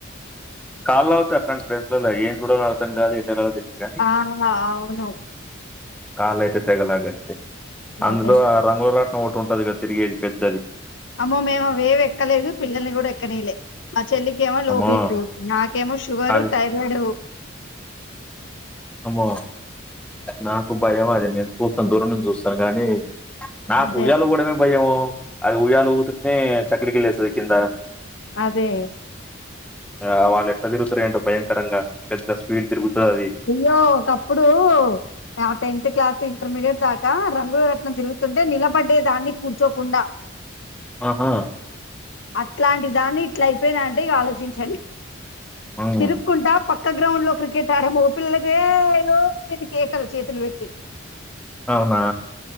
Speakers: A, in the centre; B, on the left.
A: కాళ్ళు లాగుతాయి అట్లాంటి ప్లేస్ లో ఏం కూడా అర్తం కాదు ఎటెలాలో తెలియదు కానీ
B: ఆ అవును
A: కాళ్లు అయితే తెగలాగేస్తాయి అందులో
B: అదే.
A: రంగుల రాట్నం ఒకటి ఉంటది కదా తిరిగేది పెద్దది
B: అమ్మో మేము అవేవీ ఎక్కలేదు పిల్లల్ని కూడా ఎక్కనీయలే చెల్లికి ఏమో లో
A: అమ్మో
B: బిపి నాకేమో షుగరు
A: అది
B: థైరాయిడ్
A: అమ్మో నాకు భయం అది చూస్తం దూర చూస్తాను గానీ నాకు
B: అదే.
A: ఉయ్యాలు ఊగడమే భయము అది ఉయ్యాలు ఊతునే చక్క్రకిల్ వస్తది కింద
B: అదే.
A: ఆ వాళ్ళు ఎట్లా తిరుగుత్తారో ఏంటో భయంకరంగా పెద్ద స్పీడ్ తిరుగుతుంది అది
B: అయ్యో ఒకప్పుడు ఆ టెన్త్ క్లాస్ ఇంటర్మీడియట్ దాకా రంగుల రట్నం తిగుతుంటే నిలబడ్డే దాన్ని కూర్చోకుండా
A: ఆహా
B: అట్లాంటి దాన్ని ఇట్లా అయిపోయినా అంటే ఇగ ఆలోచించండి
A: ఉమ్,
B: తిరుక్కుంటా పక్క గ్రౌండ్ లో క్రికెట్ ఆడే మగ పిల్లకే ఎన్ని కేకలు చేతులు పెట్టి
A: అవునా